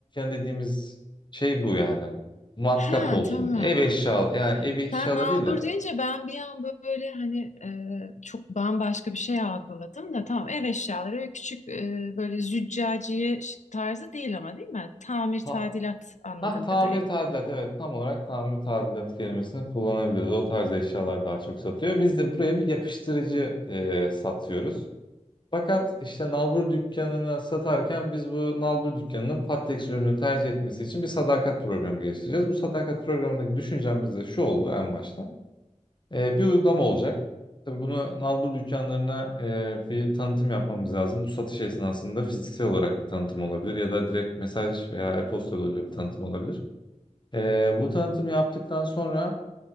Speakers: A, on the left (about 40°); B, on the left (about 75°).
A: dediğimiz şey bu yani. Matkap
B: Ha
A: olsun.
B: tamam.
A: Ev eşya. Yani ev eşyaları
B: Sen nabur
A: değil de.
B: deyince ben bir an böyle hani e, çok bambaşka bir şey algıladım da tamam ev eşyaları ve küçük e, böyle züccaciye ş- tarzı değil ama değil mi? Tamir
A: Ha,
B: tadilat anladığım
A: ha, tamir
B: kadarıyla.
A: tadilat. Evet tam olarak tamir tadilat kelimesini kullanabiliriz. O tarz eşyalar daha çok satıyor. Biz de buraya bir yapıştırıcı e, satıyoruz. Fakat işte nalbur dükkanına satarken biz bu nalbur dükkanının Pattex ürünü tercih etmesi için bir sadakat programı geliştireceğiz. Bu sadakat programındaki düşüncemiz de şu oldu en başta. Ee, bir uygulama olacak. Tabii bunu nalbur dükkanlarına e, bir tanıtım yapmamız lazım. Bu satış esnasında fiziksel olarak bir tanıtım olabilir ya da direkt mesaj veya e-posta yoluyla bir tanıtım olabilir. Ee, bu tanıtımı yaptıktan sonra